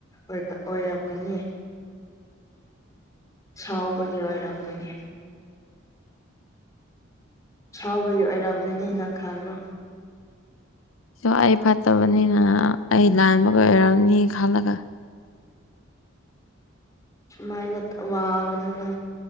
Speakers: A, on the left (about 15°); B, on the left (about 85°).
A: ꯑꯣꯏꯔꯝꯂꯅꯤ ꯁꯥꯎꯕꯒꯤ ꯑꯣꯏꯔꯝꯒꯅꯤ ꯁꯥꯎꯕꯒꯤ ꯑꯣꯏꯔꯝꯒꯅꯦꯅ ꯈꯜꯂꯣ
B: ꯁ ꯑꯩ ꯐꯠꯇꯕꯅꯤꯅ ꯑꯩ ꯂꯥꯟꯕꯒ ꯑꯣꯏꯔꯝꯅꯤ ꯈꯜꯂꯒ
A: ꯁꯨꯃꯥꯏꯅ ꯋꯥꯒꯅꯅ